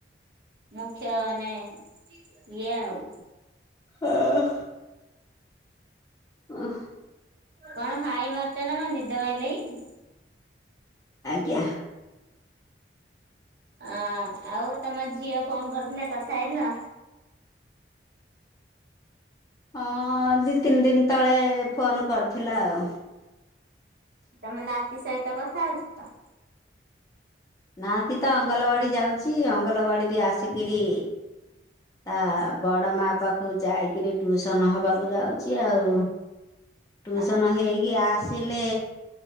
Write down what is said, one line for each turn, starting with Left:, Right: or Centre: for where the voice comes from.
Right: ମୁଖ୍ୟ ମାନେ ଏଇଆ ଆଉ
Left: ହଁ। ଅ
Right: କଣ ହାଇ ମାରୁଛ ନା ନିଦ ମାଇଲାଣି?
Left: ଆଜ୍ଞା।
Right: ଅଁ ଆଉ ତମ ଝିଅ ଫୋନ କରିଥିଲେ କଥା ହେଇଥିଲ?
Left: ହଁ ଦି ତିନି ଦିନ ତଳେ ଫୋନ କରିଥିଲା ଆଉ
Right: ତମେ ନାତି ସହିତ କଥା ହଉଛ ତ?
Left: ନାତି ତ ଅଙ୍ଗଲବାଡି ଯାଉଛି ଅଙ୍ଗଲବାଡ଼ିରୁ ଆସିକିରି। ତା ବଡ ମା ପାଖକୁ ଯାଇକିରି ଟ୍ୟୁସନ ହବାକୁ ଯାଉଛି ଆଉ।
Right: ହଁ
Left: ଟ୍ୟୁସନ ହେଇକି ଆସିଲେ।